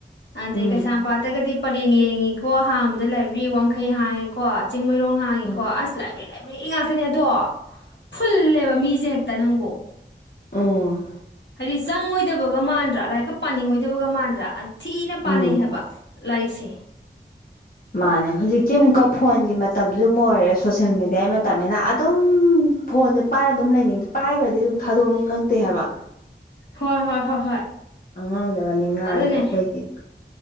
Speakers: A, on the left (about 70°); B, on the left (about 50°).
A: ꯑꯗꯩꯩ
B: ꯎꯝ
A: ꯀꯩꯁꯥꯡꯝ ꯄꯥꯠ ꯇꯒꯗꯤ ꯄꯔꯡꯂ ꯂꯦꯡꯉꯦ ꯀꯣ ꯍꯥꯡꯕꯗ ꯂꯥꯏꯕ꯭ꯔꯤ ꯋꯥꯡꯈꯩ ꯍꯥꯡꯉꯦꯀꯣ ꯆꯤꯡꯃꯔꯣꯡ ꯍꯥꯡꯉꯤꯀꯦ
B: ꯎꯝ
A: ꯑꯁ ꯂꯥꯏꯕꯔ꯭ꯤ ꯂꯥꯏ꯭ꯕꯔꯤ ꯉ__ ꯉꯥꯛꯛꯇꯅꯤ ꯑꯗꯣ ꯐꯨꯜꯂꯦꯕ ꯃꯤꯁꯦ ꯍꯦꯛꯇ ꯅꯪꯕꯨ
B: ꯑꯣ
A: ꯍꯥꯏꯗꯤ ꯆꯪꯉꯣꯏꯗꯕꯒ ꯃꯥꯟꯗ꯭ꯔꯥ ꯂꯥꯏꯔꯤꯛꯀ ꯄꯥꯅꯤꯡꯉꯣꯏꯗꯕꯒ ꯃꯥꯟ__ ꯗ꯭ꯔ ꯑ ꯊꯤꯅ
B: ꯎꯝ
A: ꯄꯥꯟꯅꯩ ꯍꯥꯏꯕ ꯂꯥꯏꯔꯤꯛꯁꯦ
B: ꯃꯥꯅꯦ ꯍꯧꯖꯤꯛ ꯇꯤ ꯑꯃꯨꯛꯀ ꯐꯣꯟꯒꯤ ꯃꯇꯝꯁꯨ ꯃꯣꯏꯔꯦ ꯁꯣꯁꯌꯦꯜ ꯃꯦꯗꯤꯌꯥꯏ ꯃꯇꯝꯃꯦꯅ ꯑꯗꯨꯝ ꯐꯣꯟꯁꯦ ꯄꯥꯏꯔꯒ ꯑꯗꯨꯝ ꯂꯩꯅꯤꯡ ꯄꯥꯏꯈ꯭ꯔꯗꯤ ꯑꯗꯨꯝ ꯊꯥꯗꯣꯛꯅꯤꯡꯉꯛꯇꯦ ꯍꯥꯏꯕ
A: ꯍꯣꯏ ꯍꯣꯏ ꯍꯣꯏ ꯍꯣꯏ
B: ꯑꯉꯥꯡꯗꯒꯗꯤ ꯉꯥꯡꯉꯤ
A: ꯑꯗꯨꯅꯦ
B: ꯑꯩꯈꯣꯏꯗꯤ